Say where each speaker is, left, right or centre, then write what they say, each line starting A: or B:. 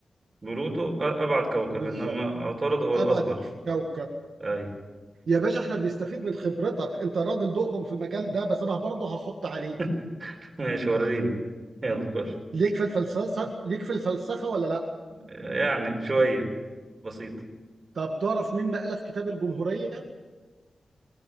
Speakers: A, on the right (about 35°); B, on the right (about 75°).
A: بلوتو أ- أبعد كوكب
B: بالظبط
A: إنما عطارد هو
B: ابعد
A: الأصغر
B: كوكب
A: أي
B: يا باشا احنا بنستفيد من خبرتك انت راجل دقرم في المجال ده بس انا برضه هحط عليك
A: <laughs> ماشي وريني يلا خش
B: ليك في الفلسفه ليك في الفلسفه ولا لا
A: يعني شوية بسيط
B: طب تعرف مين ما الف كتاب الجمهوريه